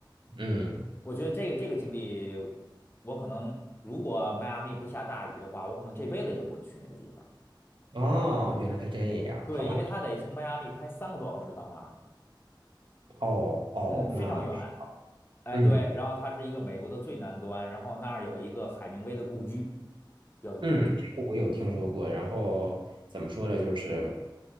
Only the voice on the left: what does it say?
我觉得这个这个经历，我可能如果迈阿密不下大雨的话，我可能这辈子也不会去那个地方。
对，
因为它得从迈阿密开三个多小时到那儿，
嗯，非常远。
哎，
对，然后它是一个美国的最南端，然后那儿有一个海明威的故居，比较有名。